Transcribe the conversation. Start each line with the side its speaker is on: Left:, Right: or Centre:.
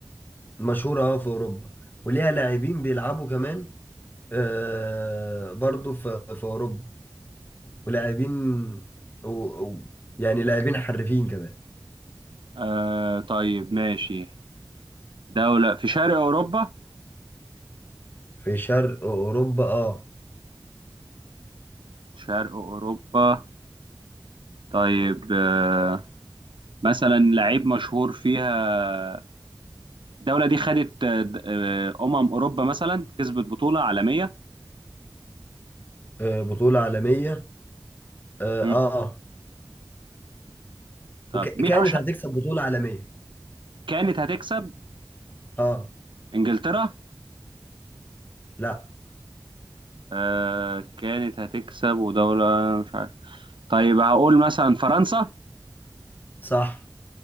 Left: مشهورة اه في أوروبا وليها لاعبين بيلعبوا كمان آه برضو في, في أوروبا ولاعبين و... و... يعني لاعبين حرفيين كمان
Right: آه طيب ماشي دولة في شرق أوروبا
Left: في شرق أوروبا اه,
Right: شرق أوروبا طيب آه مثلا لعيب مشهور فيها الدولة دي خدت آه، د- آه، أمم أوروبا مثلا كسبت بطولة عالمية
Left: آه بطولة عالمية اه,
Right: مم.
Left: آه.
Right: طب
Left: وكانت
Right: مين أشهر
Left: هتكسب بطولة عالمية
Right: كانت هتكسب
Left: اه
Right: إنجلترا
Left: لا
Right: آه كانت هتكسب ودولة مش عارف طيب هقول مثلا فرنسا
Left: صح